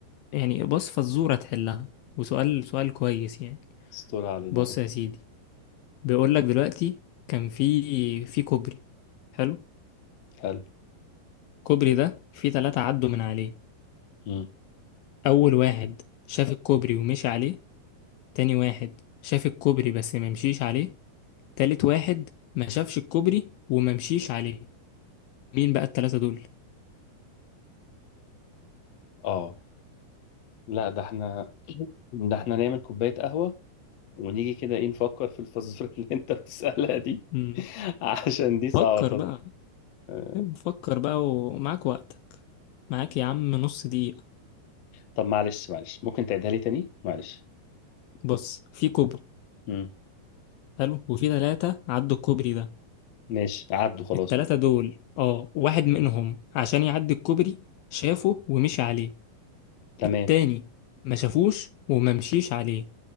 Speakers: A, on the left (about 75°); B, on the left (about 60°).
A: يعني بص فزورة تحلها وسؤال سؤال كويس يعني
B: استر علينا
A: بص
B: يا رب
A: يا سيدي بيقولك دلوقتي كان في في كوبري حلو
B: حلو
A: الكوبري ده في ثلاثة عدوا من عليه
B: مم.
A: اول واحد شاف الكوبري ومشي عليه تاني واحد شاف الكوبري بس ما مشيش عليه تالت واحد ما شافش الكوبري وما مشيش عليه مين بقى التلاتة دول
B: اه لا ده احنا <clears throat> ده احنا نعمل كوباية قهوة ونيجي كده ايه نفكر في الفزورة <laughs> اللي انت بتسألها دي
A: مم.
B: <laughs> عشان دي صعبة
A: فكر
B: طب
A: بقى
B: آه،
A: فكر بقى ومعاك وقتك معاك يا عم نص دقيقة
B: طب معلش معلش ممكن تعيدها لي تاني معلش
A: بص في كوبري
B: مم.
A: حلو وفي تلاتة عدوا الكوبري ده
B: ماشي عدوا خلاص
A: التلاتة
B: اهو
A: دول اه واحد منهم
B: ماشي
A: عشان يعدي الكوبري شافه ومشي عليه
B: تمام
A: التاني ما شافوش وما مشيش عليه